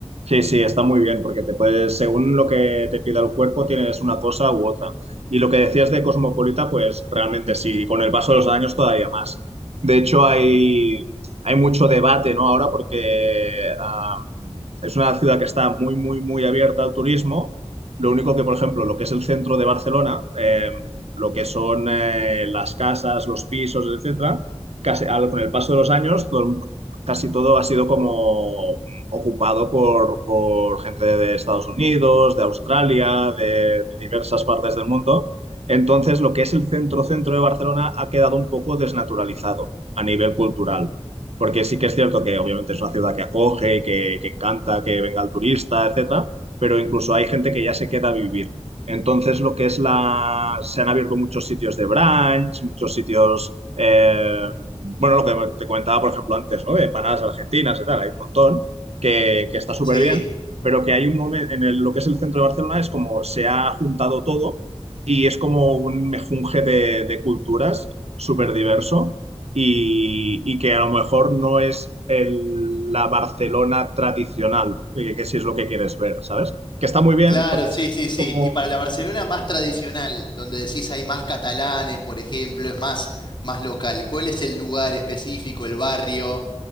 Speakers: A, on the right (about 70°); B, on the left (about 45°).
A: Sí, sí, está muy bien, porque te puedes, según lo que te pida el cuerpo, tienes una cosa u otra. Y lo que decías de Cosmopolita, pues realmente sí, y con el paso de los años todavía más. De hecho, hay, hay mucho debate, ¿no? Ahora, porque am, es una ciudad que está muy, muy, muy abierta al turismo. Lo único que, por ejemplo, lo que es el centro de Barcelona, em, lo que son eh, las casas, los pisos, etcétera, casi, al- con el paso de los años, todo el- casi todo ha sido como ocupado por, por, gente de Estados Unidos, de Australia, de, de diversas partes del mundo. Entonces, lo que es el centro-centro de Barcelona ha quedado un poco desnaturalizado a nivel cultural. Porque sí que es cierto que obviamente es una ciudad que acoge, que, que encanta que venga el turista, etcétera, pero incluso hay gente que ya se queda a vivir. Entonces, lo que es la. Se han abierto muchos sitios de brunch, muchos sitios. eh, Bueno, lo que te comentaba, por ejemplo, antes, ¿no? De empanadas argentinas y tal, hay un montón que, que está súper
B: Sí,
A: bien, pero que hay un momento en el- lo que es el centro de Barcelona, es como se ha juntado todo y es como un mejunje de, de culturas súper diverso y, y que a lo mejor no es el- la Barcelona tradicional, que, que si es lo que quieres ver, ¿sabes? Que está muy bien,
B: claro,
A: porque
B: sí,
A: es, es-
B: sí,
A: es
B: sí.
A: como...
B: Y para la Barcelona más tradicional, donde decís hay más catalanes, por ejemplo, es más, más local, ¿cuál es el lugar específico, el barrio?